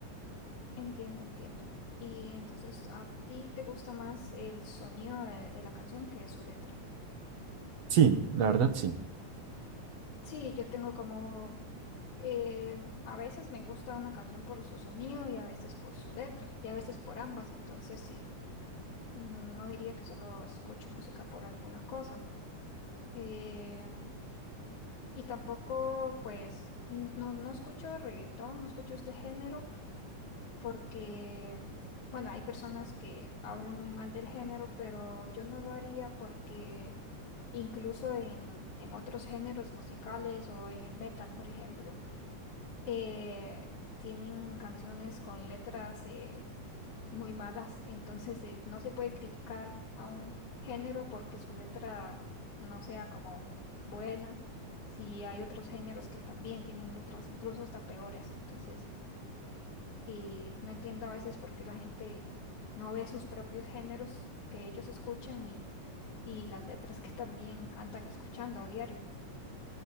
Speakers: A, on the left; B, on the right.
A: Entiendo, entiendo. Y entonces, ¿a ti te gusta más el sonido de, de la canción que su letra?
B: Sí, la verdad sí.
A: Sí, yo tengo como Eh, a veces me gusta una canción por su sonido y a veces por su letra y a veces por ambas, entonces sí, mm, no diría que solo escucho música por alguna cosa. Eh, y tampoco, pues, n- no, no escucho reggaetón, no escucho este género porque, bueno, hay personas que hablan muy mal del género, pero yo no lo haría porque incluso en, en otros géneros musicales o en el metal, por ejemplo. eh, tienen canciones con letras eh, muy malas, entonces eh, no se puede criticar a un género porque su letra no sea como buena. Si hay otros géneros que también tienen letras incluso hasta peores, entonces eh, no entiendo a veces por qué la gente no ve sus propios géneros que ellos escuchan y, y las letras que también andan escuchando a diario.